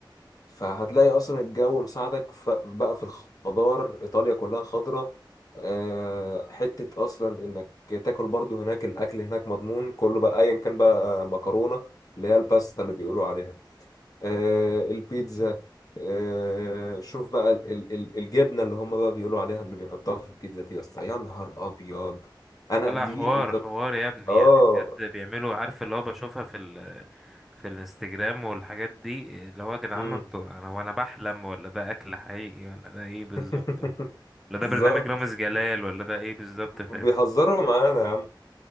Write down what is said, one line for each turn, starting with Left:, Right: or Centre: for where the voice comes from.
Left: فهتلاقي اصلا الجو مساعدك ف- بقى في الخضار ايطاليا كلها خضرة آه، حتة اصلا انك تاكل برضو هناك الاكل هناك مضمون كله بقى ايا كان بقى مكرونة اللي هي الباستا اللي بيقولوا عليها آه، البيتزا آه، شوف بقى ال- ال- ال- الجبنة اللي هم بقى بيقولوا عليها اللي بيحطوها في البيتزا دي يا اسطى يا نهار ابيض انا
Centre: لا
Left: دي
Centre: حوار
Left: انت
Centre: حوار يا ابني
Left: اه
Centre: يعني بجد بيعملوا عارف اللي هو بشوفها في ال في الانستجرام والحاجات دي اللي هو يا جدعان
Left: مم.
Centre: انتوا انا وانا بحلم ولا ده اكل حقيقي ولا ده ايه بالظبط
Left: <laughs>
Centre: ولا ده
Left: بالظبط
Centre: برنامج رامز جلال ولا ده ايه بالظبط فاهم
Left: بيهزروا معانا يا عم